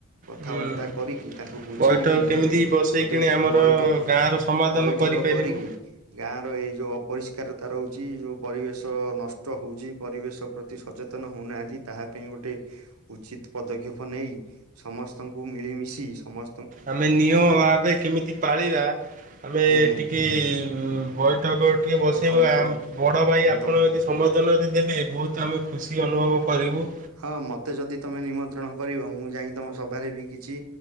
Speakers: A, on the right (about 80°); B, on the right (about 35°).
A: କଥାବାର୍ତ୍ତା
B: ହୁଁ।
A: କରିକି ତାଙ୍କୁ ବୁଝେଇକି
B: ପଇଠ କେମିତି
A: ଗୋଟେ ଗୋଟେ
B: ବସେଇକିଣି ଆମର
A: ବୈଠକ
B: ଗାଁର ସମାଧାନ
A: ବୈଠକ
B: କରିପାରିବୁ।
A: କରିକି ଗାଁ ର ଏଇ ଯୋଉ ଅପରିଷ୍କାରତା ରହୁଚି ଯୋଉ ପରିବେଶ ନଷ୍ଟ ହଉଚି ପରିବେଶ ପ୍ରତି ସଚେତନ ହଉନାହାନ୍ତି ତାହା ପାଇଁ ଗୋଟେ ଉଚିତ୍ ପଦକ୍ଷେପ ନେଇ ସମସ୍ତଙ୍କୁ ମିଳିମିଶି ସମ
B: ଆମେ ନିୟମ ଭାବେ କେମିତି ପାଳିବା ଆମେ
A: ହୁଁ
B: ଟିକେ ବୈଠକ ଟିଏ ବସେଇବ
A: ଆଉ ତମେ
B: ଆ
A: ତ
B: ବଡ ଭାଇ
A: ତମେ
B: ଆପଣ
A: ତ
B: ଯଦି ସମ <unintelligible> ବହୁତ ଆମେ ଖୁସି ଅନୁଭବ କରିବୁ।
A: ହଁ ମତେ ଯଦି ତମେ ନିମନ୍ତ୍ରଣ କରିବ, ମୁଁ ଯାଇ ତମ ସଭାରେ ବି କିଛି